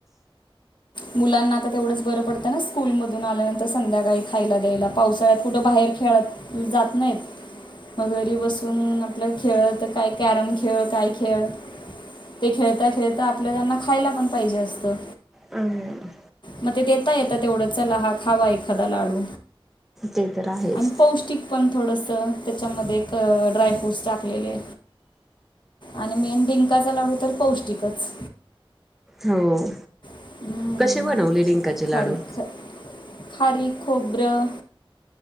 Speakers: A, on the left; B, in the centre.
A: मुलांना आता, तेवढंच बरं पडतं ना. स्कूल मधून आल्यानंतर. संध्याकाळी खायला द्यायला. पावसाळ्यात कुठं बाहेर खेळत, जात नाहीत. मग घरी बसून, आपलं खेळत काय कॅरम खेळ, काय खेळ. ते खेळता - खेळता. आपलं त्यांना, खायला पण पाहिजे असतं.
B: हम्.
A: म ते देता येत तेवढं. चला, हा खावा एखादा लाडू.
B: ते तर आहेच
A: आणि पौष्टिक पण थोडसं. त्याच्यामध्ये, क ड्राय फ्रूट्स टाकलेले. आणि मेन, डिंकाचा लाडू तर पौष्टिकच.
B: हो.
A: हम्म.
B: कसे बनवले, डिंकाचे लाडू?
A: खारी ख- खारीक, खोबरं